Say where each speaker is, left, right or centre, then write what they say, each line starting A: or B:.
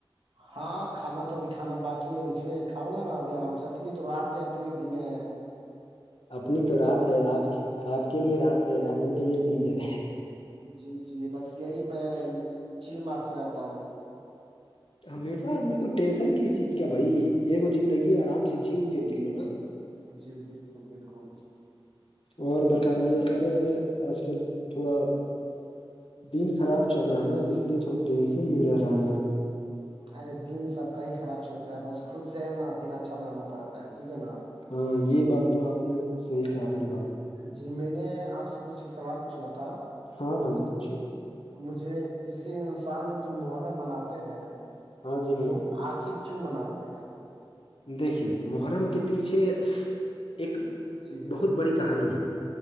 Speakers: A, on the right; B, on the left.
A: ہاں کھانا تو ابھی کھانا باقی ہے مجھے کھاؤں گا نا ابھی آرام سے اپنی تو رات ہے اپنے دن ہے
B: <inaudible> اپنی تو رات
A: جب من
B: ہے آپ آپ کے لیے رات ہے ہم لوگ کے لیے دن ہے
A: جی جی بس یہی میں چیل مارتے رہتا ہوں
B: ہمیشہ آدمی کو ٹینشن کس چیز کیا بھائی ایگو زندگی آرام سے جیو کے نکلو نا
A: جی بالکل بالکل
B: اور بتائیے ارے آج کل تھوڑا دن خراب چل رہا نا اس لیے تھوڑا ٹینشن میں رہے ہیں آپ
A: ارے دن سب کا ہی خراب چلتا ہے بس خود سے ہے نا دن اچھا بنانا پڑتا ہے ٹھیک ہے نا
B: ہاں یہ بات تو آپ نے صحیح کہا بڑی بھائ
A: جی میں نے آپ سے کچھ ایک سوال پوچھنا تھا
B: ہاں بھائی پوچھیے
A: مجھے جسے انسان لوگ جو محرم بناتے ہیں
B: ہاں جی بھیا
A: تو آخر کیوں مناتے ہیں آپ
B: دیکھیے محرم کے پیچھے ایک
A: جی
B: بہت بڑی کہانی ہے